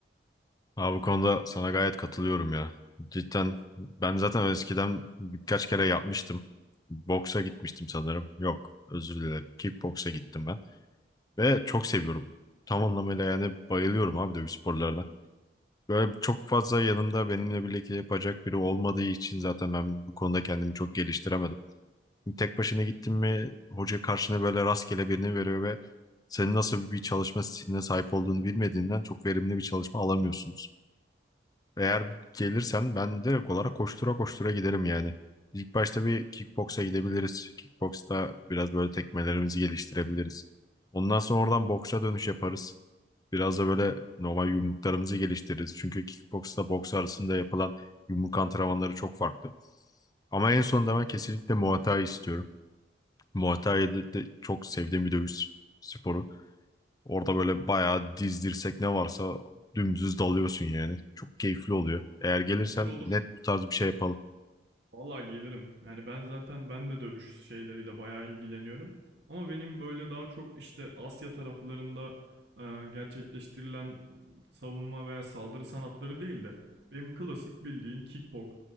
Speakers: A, on the left (about 20°); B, on the right (about 75°).
A: Abi bu konuda sana gayet katılıyorum ya. Cidden ben zaten eskiden birkaç kere yapmıştım. Boksa gitmiştim sanırım. Yok, özür dilerim. Kickboksa gittim ben. Ve çok seviyorum. Tam anlamıyla yani bayılıyorum abi dövüş sporlarına. Böyle çok fazla yanımda benimle birlikte yapacak biri olmadığı için zaten ben bu konuda kendimi çok geliştiremedim. Tek başına gittin mi hoca karşına böyle rastgele birini veriyor ve senin nasıl bir çalışma stiline sahip olduğunu bilmediğinden çok verimli bir çalışma alamıyorsunuz. Eğer gelirsen ben direkt olarak koştura koştura giderim yani. İlk başta bir kickboksa gidebiliriz. Kickboksta biraz böyle tekmelerimizi geliştirebiliriz. Ondan sonra oradan boksa dönüş yaparız. Biraz da böyle normal yumruklarımızı geliştiririz. Çünkü kickboksla boks arasında yapılan yumruk antrenmanları çok farklı. Ama en sonunda ben kesinlikle Muay Thai istiyorum. Muay Thai de de çok sevdiğim bir dövüş sporu. Orada böyle bayağı diz dirsek ne varsa dümdüz dalıyorsun yani. Çok keyifli oluyor. Eğer gelirsen
B: Olur olur.
A: net bu tarz bir şey yapalım.
B: Vallahi gelirim. Yani ben zaten ben de dövüş şeyleriyle bayağı ilgileniyorum. Ama benim böyle daha çok işte Asya taraflarında e, gerçekleştirilen savunma veya saldırı sanatları değil de benim klasik bildiğin kickbox.